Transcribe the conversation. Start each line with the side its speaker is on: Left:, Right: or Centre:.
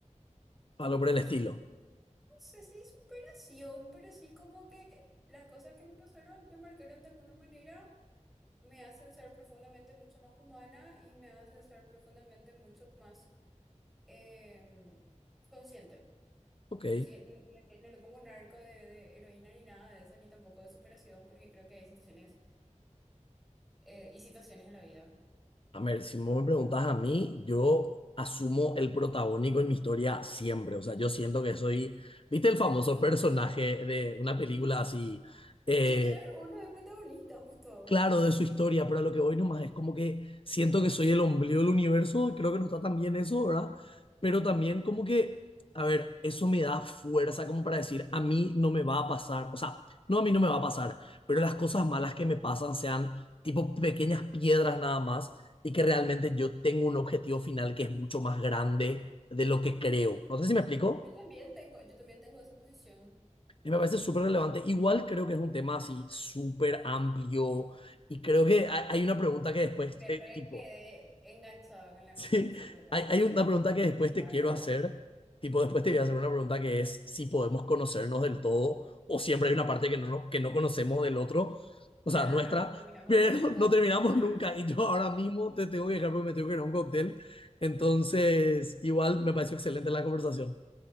Left: algo
Centre: No
Left: por el estilo.
Centre: sé, no sé si superación, pero sí como que las cosas que me pasaron me marcaron de alguna manera, me hacen ser profundamente mucho más humana y me hacen ser profundamente mucho más em, consciente.
Left: Ok,
Centre: Así que n- no, no le pongo narco de, de heroína ni nada de eso, ni tampoco de superación, porque creo que hay situaciones eh, y situaciones en la vida.
Left: a ver, si vos me preguntas a mí, yo asumo el protagónico en mi historia siempre, o sea, yo siento que soy, ¿viste el famoso personaje de una película así? eh,
Centre: Y claro, uno es protagonista, justo ahora.
Left: claro de su historia, pero a lo que voy nomás es como que siento que soy el ombligo del universo, y creo que no está tan bien eso, ¿verdad? Pero también como que, a ver, eso me da fuerza como para decir, a mí no me va a pasar, o sea, no a mí no me va a pasar, pero las cosas malas que me pasan sean tipo pequeñas piedras nada más y que realmente yo tengo un objetivo final que es mucho más grande de lo que creo. No sé si me explico.
Centre: Yo también tengo, yo también tengo esa posición.
Left: Y me parece súper relevante. Igual creo que es un tema así súper amplio y creo que hay, hay una pregunta que después,
Centre: Y me
Left: eh,
Centre: re
Left: tipo,
Centre: quedé enganchada
Left: <laughs>
Centre: con la
Left: sí,
Centre: conversación realmente.
Left: hay, hay una
Centre: Así
Left: pregunta
Centre: que podemos
Left: que después
Centre: continuar,
Left: te quiero
Centre: ¿verdad?
Left: hacer, tipo, después te voy a hacer una pregunta que es si podemos conocernos del todo o siempre hay una parte que no, no- que no conocemos del otro, o
Centre: Nada,
Left: sea, nuestra,
Centre: no terminamos
Left: pero
Centre: nunca.
Left: <laughs> no terminamos
Centre: <laughs>
Left: nunca y yo ahora mismo te tengo que dejar porque me tengo que ir a un cóctel. Entonces, igual me pareció excelente la conversación.